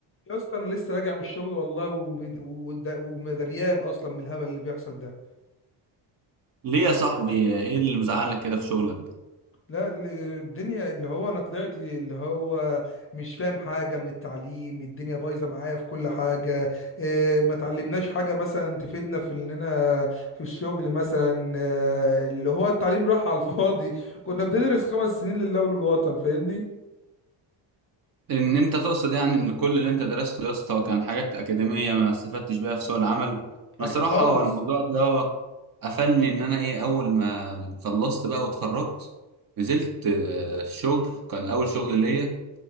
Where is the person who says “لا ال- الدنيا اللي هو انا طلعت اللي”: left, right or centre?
Left